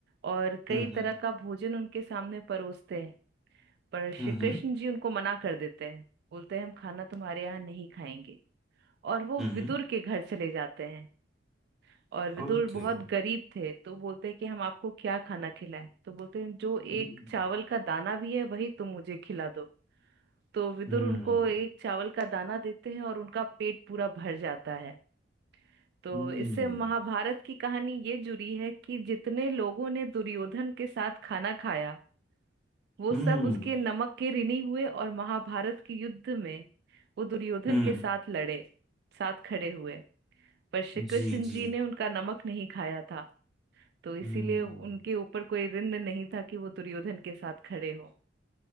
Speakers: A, on the right; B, in the centre.
A: और कई
B: हम्म
A: तरह का भोजन उनके सामने परोसते हैं पर श्री
B: हम्म
A: कृष्ण जी उनको मना कर देते हैं बोलते हैं हम खाना तुम्हारे यहाँ नहीं खाएंगे और वो
B: हम्म
A: विदुर के घर चले जाते हैं और विदुर
B: ओके
A: बहुत गरीब थे तो बोलते हैं कि हम आपको क्या खाना खिलाएं तो बोलते हैं जो एक
B: हम्म
A: चावल का दाना भी है वही तुम मुझे खिला दो तो विदुर
B: हम्म
A: उनको एक चावल का दाना देते हैं और उनका पेट पूरा भर जाता है तो
B: हम्म
A: इससे महाभारत की कहानी ये जुड़ी है कि जितने लोगों ने दुर्योधन के साथ खाना खाया वो
B: हम्म
A: सब उसके नमक के ऋणी हुए और महाभारत के युद्ध में वो दुर्योधन
B: हम्म,
A: के साथ लड़े साथ खड़े हुए पर श्री कृष्ण
B: जी जी
A: जी ने उनका नमक नहीं खाया था तो इसीलिए
B: हम्म
A: उनके ऊपर कोई ऋण नहीं था कि वो दुर्योधन के साथ खड़े हो